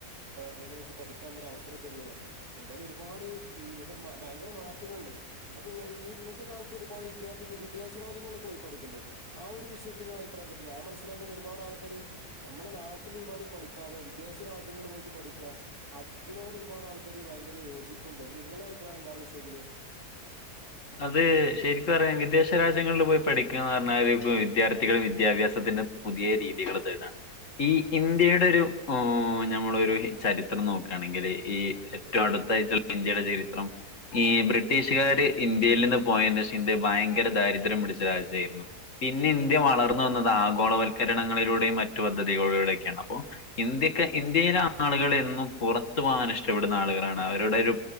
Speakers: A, on the right; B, on the left.
A: അതിനെ പറ്റി പഠിക്കാനുള്ളൊ അവസരൊക്കെന്ന് എന്താലും ഒരുപാട് ഭയങ്കര മാറ്റങ്ങള്ണ്ട് അപ്പൊ ഈ ഇന്നത്തെ കാല ഇപ്പ ഒരുപാട് വിദ്യാത്ഥികൾ വിദേശ്യ രാജ്യങ്ങളൊക്കെ പോയി പഠിക്ക്ണ്ട് ആ ഒരു വിഷയത്തില് ഇങ്ങളെ അഭിപ്രായം എന്ത ഞാൻ മനസിലാക്കുന്ന ഒരുപാടാൾ മ്മക്കൊര് ഞമ്മളെ നാട്ടില് ഒരുപാട് പഠിക്കാതെ വിദേശ രാജ്യങ്ങളിൽ പോയിട്ട് പഠിക്കാ അതിനോട് ഒര് ഒരുപാട് ആൾക്കാര് ഭയങ്കര യോജിപ്പ്ണ്ട് അത് ഇങ്ങളെ അഭിപ്രായം എന്ത ആവിഷയത്തില്
B: അത് ശരിക്ക് പറയാണങ്കി വിദേശ രാജ്യങ്ങളിൽ പോയി പഠിക്കാന്ന് പറഞ്ഞാല് ഇപ്പം വിദ്യാർത്ഥികള് വിദ്യാഭ്യാസം പിന്നെ പുതിയെ രീതികള് തേട്ആണ് ഈ ഇന്ത്യയുടെ ഒരു ഞമ്മെളഒരു ചരിത്രം നോക്ക്ണെങ്കിൽ ഈ ഏറ്റവും അടു അത്തായിത്തൽ ഇന്ത്യയുടെ ചരിത്രം ഈ ബ്രിട്ടീഷ്‌ക്കാര് ഇന്ത്യയിൽ നിന്ന് പോയേന്റെശേഷം ഇന്ത്യ ഭയങ്കര ദാരിദ്ര്യം പിടിച്ച രാജ്യായിരുന്നു പിന്നെ ഇന്ത്യ വളർന്നുവന്നത ആഗോളവൽക്കരണങ്ങളിലൂടെയും മറ്റു പദ്ധതികളിലൂടെയൊക്കെയാണ് അപ്പോ ഇന്ത്യക്ക് ഇന്ത്യയിലെ ആളുകൾ എന്നും പുറത്തു പോകാൻ ഇഷ്ടപ്പെടുന്ന ആളുകളാണ് അവരുടെ ഒരു